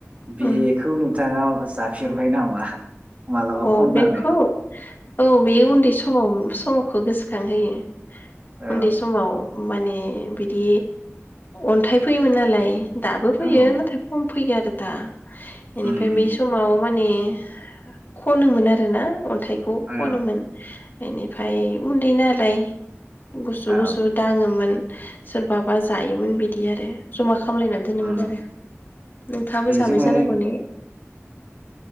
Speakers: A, on the right; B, on the left.
A: बेखौ
B: उम
A: नोंथाङा जा फेरबाय नामा? मालाबा
B: औ
A: खननानै
B: बेखौ औ बे उन्दै समाव समाव खौ गोसोखांहोयो।
A: औ
B: उन्दै समाव माने बिदि अन्थाइ फैयोमोन नालाय दाबो फैयो
A: औ
B: नाथाय खम फैयो आरो दा इनिफ्राय
A: उम उम
B: बै समाव माने <unintelligible> खनो मोन आरो ना अन थायखौ खनोमोन
A: औ
B: बेनिफ्राय उन्दै नालाय गुसु-गुसु
A: औ
B: दाङोमोन सोरबाबा जायोमोन बिदि आरो जमा खामलायना दोनोमोनआरो।
A: उम
B: नोंथाबो
A: बेजों
B: जाबाय
A: माने
B: जानांगौ ने?